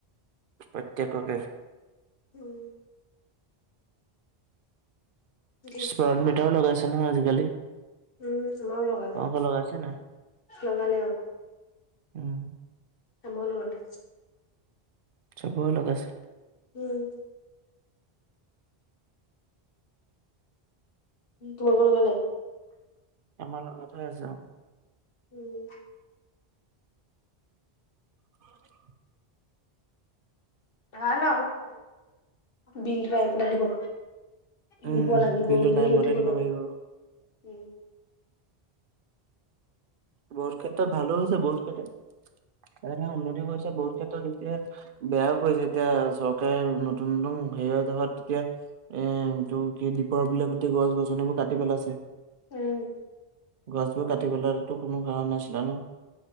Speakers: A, on the right (about 60°); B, on the left (about 60°).
A: প্ৰত্যেককে।
B: উম। দি,
A: স্মাৰ্ট
B: দি।
A: মিটাৰো লগাইছে নহয় আজিকালি।
B: উম, তোমাৰো লগালে,
A: তোমালোকৰ লগাইছে নাই?
B: লগালে অ'।
A: উম,
B: আমাৰো লগালে।
A: চবৰে লগাইছে।
B: উম। তোমালোকৰ লগালে?
A: আমাৰ লগাই থোৱা আছে অ'।
B: উম।
A: <inaudible>
B: ভাল আৰু। বিলটোত আহি পেলাই দিব।
A: উম,
B: দিব লাগিব
A: বিলো
B: বুলি
A: টাইম
B: সেইটোহে
A: মতে দিব
B: ল'
A: পাৰিব।
B: উম।
A: বহুত ক্ষেত্ৰত ভালো হৈছে, বহুত ক্ষেত্ৰত কাৰ উন্নতি কৰিছে, বহুত ক্ষেত্ৰত এতিয়া বেয়াও কৰিছে, এতিয়া চৰকাৰে নতুন নতুন হেৰি হৈ থকাতকে তেতিয়া এ, এইটো কি দ্বীপৰ বিলৰ গোটেই গছ গছনিবোৰ কাটি পেলাইছে।
B: উম।
A: গছবোৰ কাটি পেলোৱাটোতো কোনো কাৰণ নাছিলে ন'